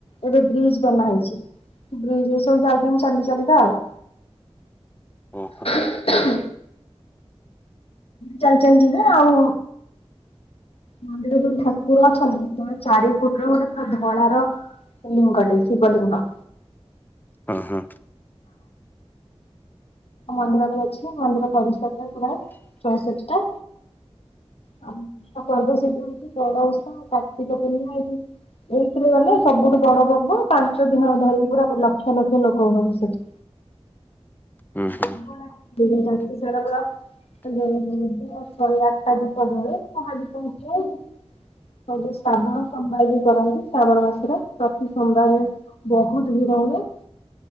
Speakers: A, on the left (about 65°); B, on the left (about 15°).
A: ଏବେ ବ୍ରିଜ୍ ବନା ହେଇଛି। ବ୍ରିଜ୍ ଏ ସବୁ ଯାଉଛନ୍ତି ଯାଉଛି ଚାଲି ଚାଲିିବା ଆଉ।
B: ଓହୋ।
A: ହୁଁ। ଚାଲି ଚାଲି ଯିବେ ଆଉ, ମନ୍ଦିର ଯୋଉ ଠାକୁର ଅଛନ୍ତି ଚାରି ଫୁଟ ର ଗୋଟେ ଧଳା ର ଲିଙ୍ଗଟେ ଶିବଲିଙ୍ଗ।
B: ହଁ ହଁ।
A: ମନ୍ଦିର ବି ଅଛି ମନ୍ଦିର ପରିସରରେ ଚୟାଶଠୀଟା ଆଉ ତା ପର୍ବ <unintelligible> ହଉଛି ବଡଓଷା ଆଉ କାର୍ତ୍ତିକ ପୂର୍ଣ୍ଣିମା। ଏଇଥିରେ ଗଲେ ସବୁଠୁ ବଡ ପର୍ବ, ପାଞ୍ଚ ଦିନ ଧରିକି ପୁରା ଲକ୍ଷ ଲକ୍ଷ ଲୋକ ହୁଅନ୍ତି ସେଠି।
B: ହୁଁ ହୁଁ
A: ଶିବରା ରାତି ସାରା ପୁରା <inaudible> ଶହେ ଆଠଟା ଦୂପ ଜଳେ, ମହାଦୀପ ଉଠେ। ସବୁ ଶ୍ରାବଣ ସୋମବାଇ ବି କରନ୍ତି ଶ୍ରାବଣ ମାସରେ, ପ୍ରତି ସୋମବାରରେ ବହୁତ ଭିଡ ହୁଏ